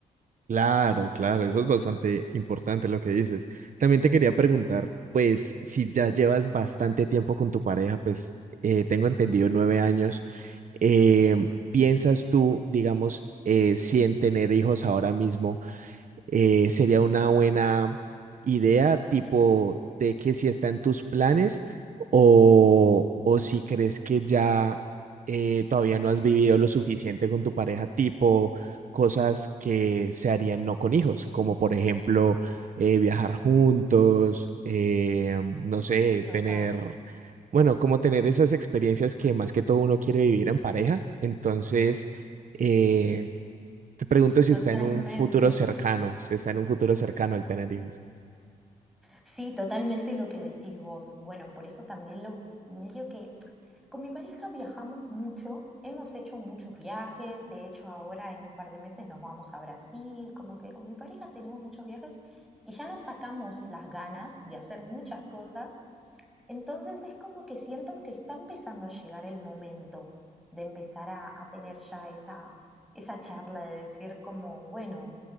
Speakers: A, on the right; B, in the centre.
A: Claro, claro, eso es bastante importante lo que dices. También te quería preguntar, pues, si ya llevas bastante tiempo con tu pareja, pues, eh, tengo entendido nueve años, eh,
B: Sí,
A: ¿piensas tú, digamos, eh, si en tener hijos ahora mismo? eh, sería una buena idea, tipo de que si está en tus planes o, o si crees que ya eh, todavía no has vivido lo suficiente con tu pareja, tipo cosas que se harían no con hijos, como por ejemplo eh, viajar juntos, eh, no sé,
B: total.
A: tener... Bueno, como tener esas experiencias que más que todo uno quiere vivir en pareja. Entonces, eh, te pregunto si
B: Totalmente,
A: está en un futuro cercano, si está en un futuro cercano el tener hijos.
B: sí, totalmente lo que decís vos. Bueno, por eso también lo medio que Con mi pareja viajamos mucho, hemos hecho muchos viajes, de hecho ahora en un par de meses nos vamos a Brasil, como que con mi pareja tenemos muchos viajes y ya nos sacamos las ganas de hacer muchas cosas, entonces es como que siento que está empezando a llegar el momento de empezar a, a tener ya esa, esa charla de decir como, bueno,